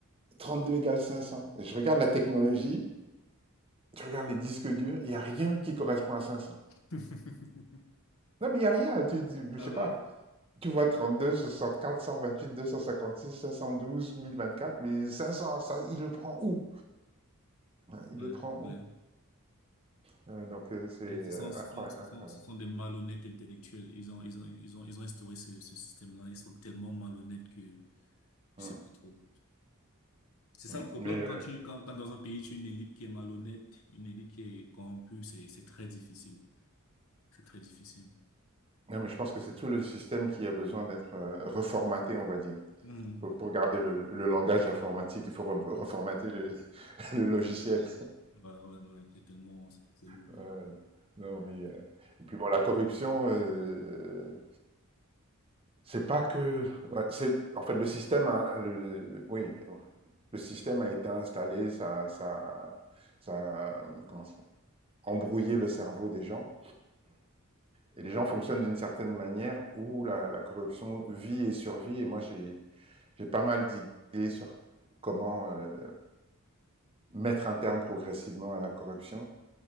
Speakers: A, on the right; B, on the left.
A: trente-deux égale 500. Et je regarde la technologie, je regarde les disques durs, il n'y a rien qui correspond à cinq cents
B: <laughs>
A: Non, mais il n'y a rien. Tu, tu, je
B: Ah
A: sais pas.
B: ouais.
A: Tu vois trente-deux deux cent cent soixante quatre vingt-huit deux cent cinquante-six cinq cent douze mille vingt-quatre mais cinq cents ça, il le prend où? Il
B: Ouais,
A: le prend où?
B: ouais.
A: Ouais, donc heu, c'est, heu,
B: Et ce sont, ce
A: incroyable,
B: sont, ce
A: incroyable.
B: sont, ce sont des malhonnêtes intellectuels. Ils ont, ils ont, ils ont, ils ont instauré ce, ce système-là. Ils sont tellement malhonnêtes que je
A: Mmh,
B: sais pas trop. C'est ça
A: mmh.
B: le problème
A: Mais heu,
B: quand tu, quand, quand dans un pays, tu as une élite qui est malhonnête, une élite qui est corrompue, c'est, c'est très difficile. C'est très difficile.
A: non, mais je pense que c'est tout le système qui a besoin d'être, heu, reformaté, on va dire.
B: Mhm.
A: Pour pour garder le le langage informatique, il faut re reformater le <laughs> le logiciel.
B: Voilà, ouais, ouais, ouais. c'est tellement, c'est c'est lourd.
A: Ouais, ouais. Non, mais heu et puis bon, la corruption, heu, c'est pas que ouais, c'est en fait, le système a le le- oui, le système a été installé, ça ça ça, mmh, comment ça? Embrouillé le cerveau des gens Et les gens fonctionnent d'une certaine manière où la, la corruption vit et survit. Et moi, j'ai j'ai pas mal d'idées sur comment euh, mettre un terme progressivement à la corruption.